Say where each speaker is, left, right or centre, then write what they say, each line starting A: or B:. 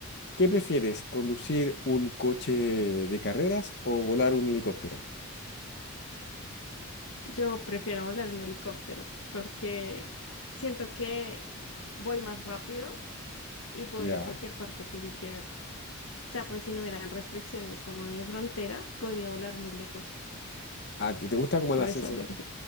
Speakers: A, on the left; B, on the left.
A: ¿qué prefieres? ¿Conducir un coche de carreras o volar un helicóptero?
B: Yo prefiero volar en helicóptero porque siento que voy más rápido y puedo
A: Ya.
B: ir a cualquier parte que yo quiera. O sea, pues si no hubieran restricciones como de frontera, podría volar muy lejos.
A: Ah, ¿te, te gusta como
B: Por
A: la sensa-
B: eso lo dije.